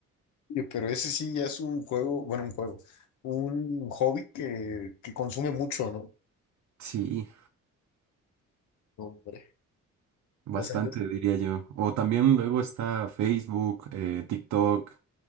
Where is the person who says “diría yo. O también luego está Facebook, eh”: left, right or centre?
Right